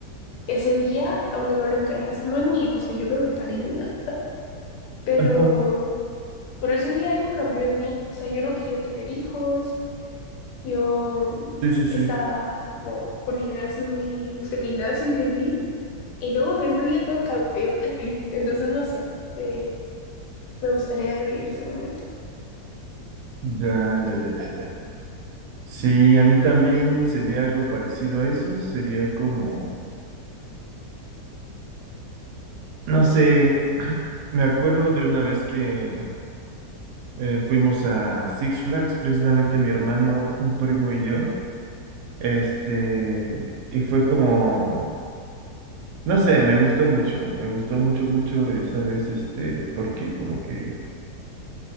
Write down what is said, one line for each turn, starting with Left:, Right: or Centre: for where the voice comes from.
Left: Ese día, aunque no lo creas, no es mi hijo, o sea, yo no lo parí ni nada, <laughs> pero
Right: Ajá.
Left: por ese día algo cambió en mí, o sea, yo no quería tener hijos, yo
Right: Sí, sí, sí.
Left: estaba como con ideas muy feminazis de mí, y luego desde ese día todo cambió, <laughs> entonces no sé, me, me gustaría revivir ese momento.
Right: Ya, ya, ya, ya, ya. Sí, a mí también sería algo parecido a eso. Sería como, no sé, me acuerdo de una vez que Eh, fuimos a Six Flags, precisamente mi hermano, un primo y yo. Este, y fue como, no sé, me gustó mucho, me gustó mucho, mucho esa vez, este, porque como que,